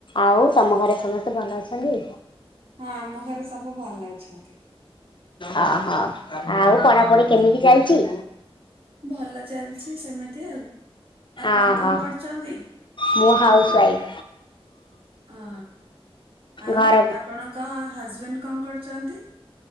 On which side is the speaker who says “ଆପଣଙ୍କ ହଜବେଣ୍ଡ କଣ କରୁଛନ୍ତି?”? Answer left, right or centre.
Right